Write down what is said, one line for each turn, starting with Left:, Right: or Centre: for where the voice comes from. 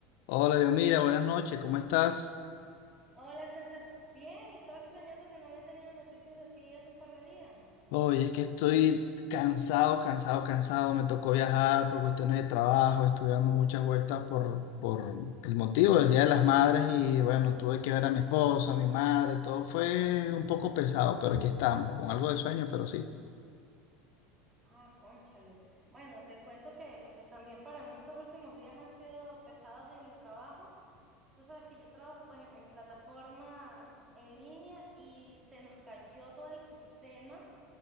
Left: Hola, Dios, mira, buenas noches, ¿cómo estás?
Right: Hola César, bien, estaba extrañando que no había tenido noticias de ti hace un par de días.
Left: Oye, es que estoy cansado, cansado, cansado. Me tocó viajar por cuestiones de trabajo, estudiando muchas vueltas por, por el motivo del Día de las Madres y bueno, tuve que ver a mi esposa, a mi madre, todo fue un poco pesado, pero aquí estamos, con algo de sueño, pero sí.
Right: Ah, cónchale. Bueno, te cuento que, que también para mí estos últimos días han sido pesados en el trabajo. Tú sabes que yo trabajo pues en, en plataforma en línea y se nos cayó todo el sistema